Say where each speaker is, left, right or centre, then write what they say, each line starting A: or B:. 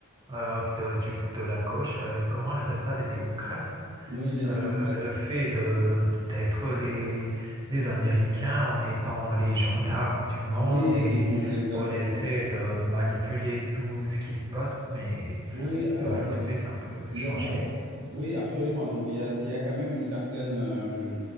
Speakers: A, on the right; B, on the right.
A: euh, de, du- de la gauche, euh, comment on appelle ça, les démocrates?
B: oui, les
A: Euh,
B: démocrates.
A: le fait de d'être les, les Américains en étant les gendarmes du monde
B: Oui,
A: et
B: du monde, exactement.
A: on essaie de manipuler tout ce qui se passe, mais,
B: Oui, alors
A: mais aujourd'hui, c'est un peu
B: Il
A: changé.
B: y a- alors, oui, absolument. Donc, il y a, il y a quand même une certaine, euh,